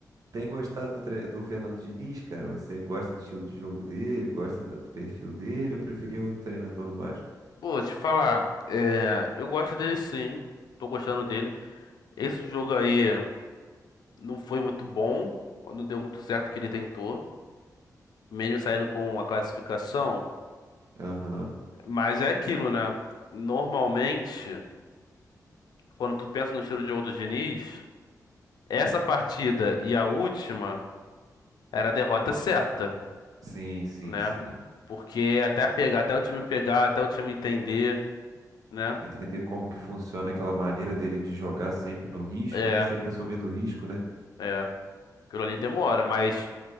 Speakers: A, on the right (about 60°); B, on the left (about 85°).
A: Tem gostado do, tre- do Fernando Diniz, cara? Você gosta do estilo de jogo dele, gosta da- do perfil dele? Eu preferia outro treinador no Vasco.
B: Pô, te falar, é, eu gosto dele sim, tô gostando dele. Esse jogo aí não foi muito bom, não deu muito certo o que ele tentou, mesmo saindo com a classificação.
A: Aham.
B: Mas é aquilo, né? Normalmente, quando tu pensa no estilo de jogo do Diniz, essa partida e a última era a derrota certa,
A: Sim, sim,
B: né?
A: sim.
B: Porque até pegar, até o time pegar, até o time entender, né?
A: Entender como que funciona aquela maneira dele de jogar sempre no risco,
B: É,
A: né? Sempre assumindo o risco, né?
B: é. Aquilo ali demora, mas